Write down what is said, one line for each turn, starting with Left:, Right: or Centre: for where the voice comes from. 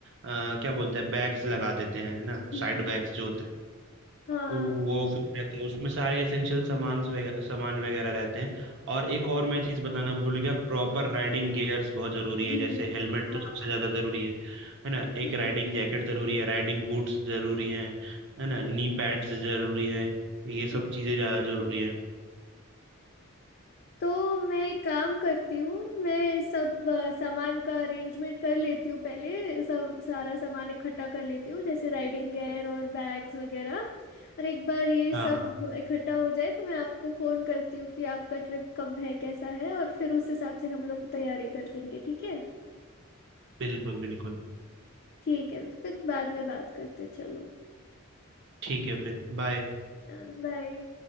Right: अ, क्या बोलते हैं बैग्स लगा देते हैं है ना
Left: जी
Right: साइड बैग्स जो होते हैं
Left: हाँ
Right: वो फिर रहते हैं उसमें सारे एसेंशियल सामान वगैरह सामान वगैरह रहते हैं और एक और मैं चीज़ बताना भूल गया प्रॉपर राइडिंग गियर्स बहुत ज़रूरी
Left: जी
Right: है जैसे
Left: जी
Right: हेलमेट
Left: हाँ
Right: तो सबसे
Left: हाँ,
Right: ज़्यादा ज़रूरी है है ना एक
Left: हाँ।
Right: राइडिंग जैकेट ज़रूरी है राइडिंग बूट्स ज़रूरी हैं है ना नी पैड्स ज़रूरी है ये
Left: जी
Right: सब चीज़ें ज़्यादा ज़रूरी है
Left: तो मैं एक काम करती हूँ मैं सब अ, सामान का अरेंजमेंट कर लेती हूँ पहले सब सारा सामान इकट्ठा कर लेती हूँ जैसे राइडिंग गेयर और बैग्स वगैरह और एक बार ये
Right: हाँ
Left: सब
Right: हाँ
Left: इकट्ठा हो जाए तो मैं आपको फ़ोन करती हूँ कि आपका ट्रिप कब है कैसा है और फिर उस हिसाब से हम लोग तैयारी कर लेंगे ठीक है
Right: बिल्कुल बिल्कुल
Left: ठीक है तो फिर बाद में बात करते हैं, चलो
Right: ठीक है फिर बाय
Left: बाय